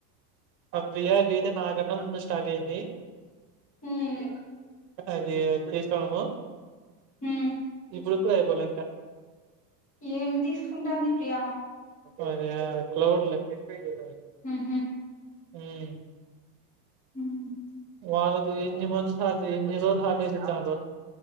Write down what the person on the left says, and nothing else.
హ్మ్మ్
హ్మ్మ్
ఏం తీసుకుంటాంది ప్రియ
ఉహు
హ్మ్మ్